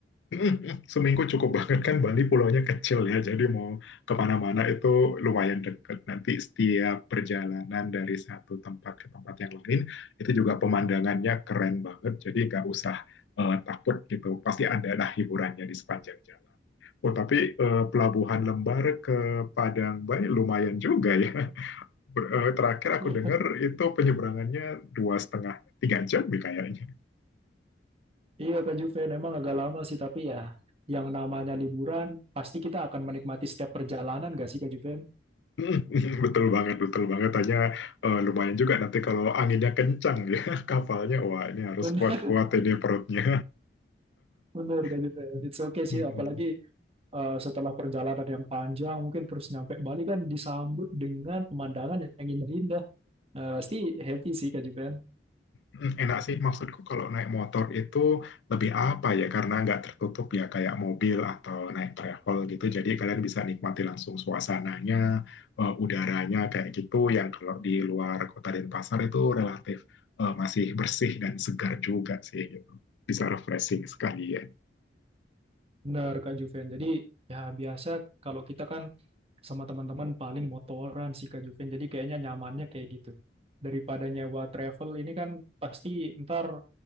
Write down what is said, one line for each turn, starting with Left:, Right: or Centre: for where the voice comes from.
Left: <laughs> Seminggu cukup banget kan Bali pulaunya kecil ya, jadi mau kemana-mana itu lumayan dekat. Nanti setiap perjalanan dari satu tempat ke tempat yang lain itu juga pemandangannya keren banget, jadi nggak usah eh, takut gitu. Pasti ada lah hiburannya di sepanjang jalan. Oh tapi eh, Pelabuhan Lembar ke Padang Bay lumayan juga ya. Ber- eh, terakhir
Right: Iya.
Left: aku dengar itu penyeberangannya dua setengah tiga jam ya kayaknya.
Right: Iya Kak Juven, emang agak lama sih tapi ya yang namanya liburan pasti kita akan menikmati setiap perjalanan gak sih Kak Juven?
Left: <laughs> Mm, Betul banget, betul banget. Hanya eh, lumayan juga nanti kalau anginnya kencang ya <laughs> kapalnya. Wah, ini harus
Right: Bener,
Left: kuat-kuat ini perutnya.
Right: <laughs> bener Kak
Left: <laughs>
Right: Juven. It's okay sih,
Left: Mm-mm.
Right: apalagi eh, setelah perjalanan yang panjang, mungkin terus nyampe Bali kan disambut dengan pemandangan yang indah-indah. Nah, pasti happy sih Kak Juven.
Left: Mm, Enak sih maksudku kalau naik motor itu lebih apa ya karena nggak tertutup ya kayak mobil atau naik travel gitu. Jadi kalian bisa nikmati langsung suasananya, eh, udaranya kayak gitu. Yang kalau di luar kota Denpasar itu relatif eh, masih bersih dan segar juga sih gitu. Bisa refreshing sekalian.
Right: Bener Kak Juven. Jadi ya biasa kalau kita kan sama teman-teman paling motoran sih Kak Juven. Jadi kayaknya nyamannya kayak gitu. Daripada nyewa travel ini kan pasti ntar